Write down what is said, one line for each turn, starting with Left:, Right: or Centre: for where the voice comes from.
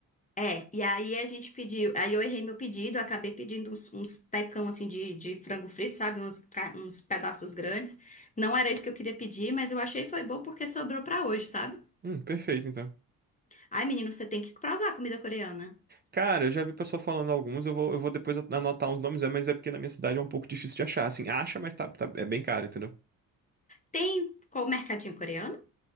Left: É, e aí a gente pediu, aí eu errei meu pedido, eu acabei pedindo uns, uns tecão assim de, de frango frito, sabe? Uns, ca- uns pedaços grandes. Não era isso que eu queria pedir, mas eu achei foi bom porque sobrou pra hoje, sabe?
Right: Hum, perfeito, então.
Left: Ai, menino, você tem que provar a comida coreana.
Right: Cara, eu já vi pessoa falando alguns, eu vou, eu vou depois anotar uns nomes, é, mas é porque na minha cidade é um pouco difícil de achar, assim, acha, mas tá, tá- é bem caro, entendeu?
Left: Tem qual mercadinho coreano?